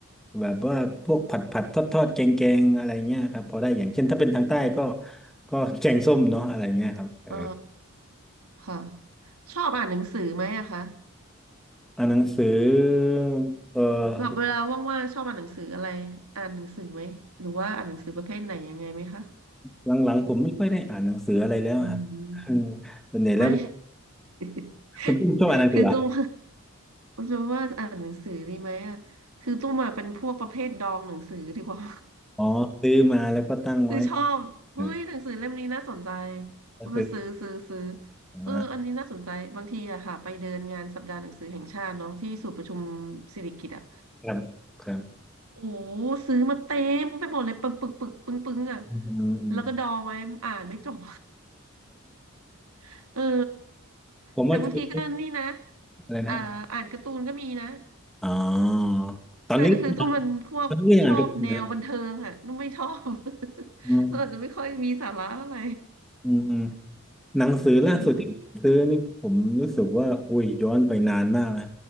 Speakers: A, in the centre; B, on the right.
A: แบบว่าพวกผัดผัดทอดทอดแกงแกงๆอะไรเงี้ยครับพอได้อย่างเช่นถ้าเป็นทางใต้ก็ก็แกงส้มเนาะอะไรเงี้ยครับเออ
B: อ๋อค่ะชอบอ่านหนังสือไหมอะคะ
A: อ่านหนังสือเออ
B: แบบเวลาว่างๆชอบอ่านหนังสืออะไรอ่านหนังสือไหมหรือว่าอ่านหนังสือประเภทไหนยังไงไหมคะ
A: หลังๆผมไม่ค่อยได้อ่านหนังสืออะไรแล้วครับเออ
B: อืม
A: ส่วนใหญ่แล้ว
B: ไม่ <laughs>
A: คุณตุ้มชอบอ่านหนังสือเหรอ
B: คือตุ้มจะว่าอ่านหนังสือดีไหมอะคือตุ้มอะเป็นพวกประเภทดองหนังสือดีกว่า
A: อ๋อซื้อมาแล้วก็ตั้งไว้
B: <laughs> คือชอบเฮ้ยหนังสือเล่มนี้น่าสนใจ
A: เออก็ซื้อ
B: ก็ไปซื้อซื้อซื้อ
A: มา
B: เอออันนี้น่าสนใจบางทีอะค่ะไปเดินงานสัปดาห์หนังสือแห่งชาติเนาะที่ศูนย์ประชุมสิริกิติ์อะ
A: ครับครับ
B: โอ้ซื้อมาเต็มไปหมดเลยปึงปึงปึงปึงปึงอ่ะ
A: อืม
B: แล้วก็ดองไว้อ่านไม่จบ <laughs> เออ
A: <laughs> ผมว่าคือ
B: แต่บางทีก็นี่นะ
A: อะไรนะ
B: อ่าอ่านการ์ตูนก็มีนะ
A: อ๋อตอนนี้
B: ใช่คือต้องเป็นพวกชอบแนวบันเทิงอ่ะต้องไม่ชอบ
A: มันก็อย่างนั้นก็ได้นะอืม
B: <laughs> เราอาจจะไม่ค่อยมีสาระอะไร
A: อืมอืมหนังสือล่าสุดที่ผมซื้อนี่ผมรู้สึกว่าอุ้ยย้อนไปนานมากนะ
B: อืม